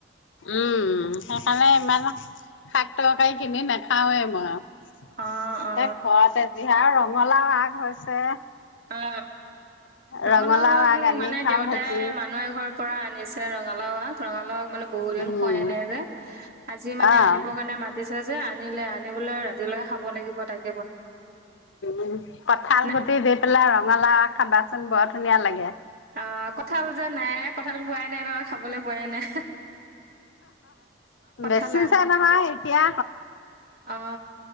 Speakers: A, on the left (about 75°); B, on the right (about 55°).
A: উম সেইকাৰণে ইমান শাক তৰকাৰি কিনি নাখাওৱে মই
B: অ অ
A: এ ঘৰতে জিহা ৰম গলা ভাগ হৈছে
B: অ ৰঙালাওাক
A: ৰঙালাও
B: ‌আগ
A: আগ আনি
B: মানে
A: খাওঁ
B: দেউতাই
A: ভাজি
B: মানুহ এ ঘৰৰ পৰা আনিছে ৰঙালা ৰঙালাওাক মানে বহু দিন
A: উম
B: খোৱাই নাই যে আজি মানে
A: অ
B: আনিব কাৰণে মাটি চা যে আনিলে আনিবলৈ ৰাতিলৈকে খাব লাগিব তাক
A: উ কঠাল
B: নাই
A: গুটি দি পেলাই ৰং ৰঙলা খাবাচোন বৰ ধুনীয়া লাগে
B: অ কঁঠাল যে নাই কঁঠাল বোৱাই বোলেই নহয় খাবলৈ পোৱাই নাই কঁঠাল
A: বেছি
B: আন
A: চাই নহয় এতিয়া
B: অ